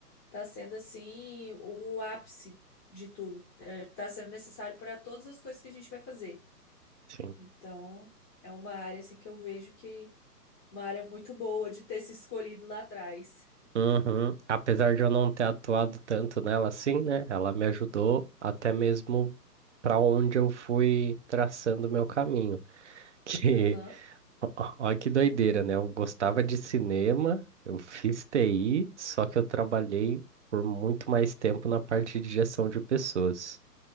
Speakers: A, on the left (about 15°); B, on the right (about 50°).
A: Tá sendo assim o ápice de tudo. está sendo necessário para todas as coisas que a gente vai fazer.
B: Sim.
A: Então, é uma área assim que eu vejo que uma área muito boa de ter se escolhido lá atrás.
B: Uhum. Apesar de eu não ter atuado tanto nela assim, né? Ela me ajudou até mesmo para onde eu fui traçando meu caminho. <laughs> Que,
A: Aham.
B: ó- olha que doideira, né? Eu gostava de cinema, eu fiz TI, só que eu trabalhei por muito mais tempo na parte de gestão de pessoas.